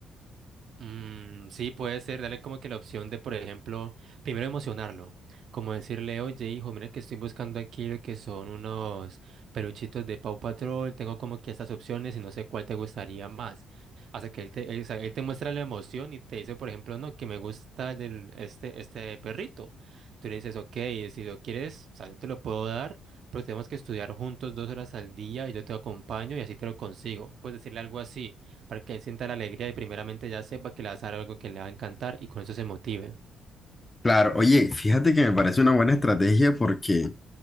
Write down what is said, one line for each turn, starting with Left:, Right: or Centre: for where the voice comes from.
Right: Mm, sí, puede ser, darle como que la opción de, por ejemplo, primero emocionarlo, como decirle, oye, hijo, mira que estoy buscando aquí lo que son unos peluchitos de Paw Patrol, tengo como que estas opciones y no sé cuál te gustaría más. Hasta que él te, él, o sea, él te muestra la emoción y te dice, por ejemplo, no, que me gusta del, este, este perrito. Tú le dices, ok, si lo quieres, o sea, yo te lo puedo dar, pero tenemos que estudiar juntos dos horas al día y yo te acompaño y así te lo consigo. Puedes decirle algo así para que él sienta la alegría y primeramente ya sepa que le vas a dar algo que le va a encantar y con eso se motive.
Left: Claro, oye, fíjate que me parece una buena estrategia porque